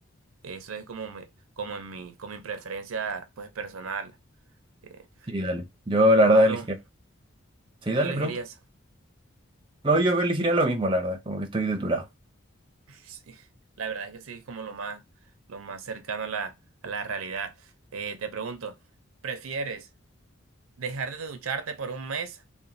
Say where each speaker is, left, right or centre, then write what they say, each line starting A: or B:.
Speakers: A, on the right (about 85°); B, on the right (about 25°).
A: Eso es como mi, como en mi, como mi preferencia, pues, personal. Eh,
B: Sí, dale. Yo la
A: puedo
B: verdad
A: preguntar,
B: elegiría. Sí,
A: ¿tú
B: dale,
A: qué elegirías?
B: pregunta.
A: <laughs>
B: No, yo elegiría lo mismo, la verdad. Como que estoy de tu lado.
A: Sí, la verdad es que sí, es como lo más, lo más cercano a la, a la realidad. Eh, te pregunto, ¿prefieres dejar de ducharte por un mes